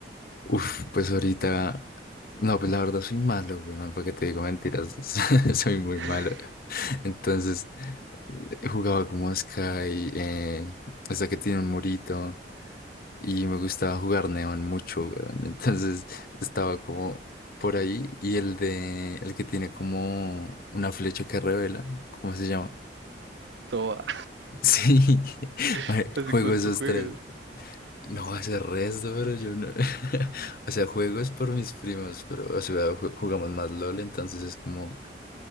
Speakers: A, on the left; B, on the right.
A: Uf, pues ahorita. No, pues la verdad soy malo, weón, para que te digo mentiras. <laughs> Soy muy
B: <laughs>
A: malo. Entonces, eh, jugaba como Sky, eh, hasta que tiene un murito. Y me gustaba jugar Neon mucho, weón. Entonces, estaba como por ahí. Y el de. El que tiene como una flecha que revela. ¿Cómo se llama? <laughs>
B: Soba,
A: Sí, <laughs>
B: <laughs> ¿hace
A: juego
B: cuánto
A: esos
B: juegas?
A: tres. No, hace resto, pero yo no. <laughs> O sea, juego es por mis primos, pero, o sea, ju- jugamos más LOL, entonces es como,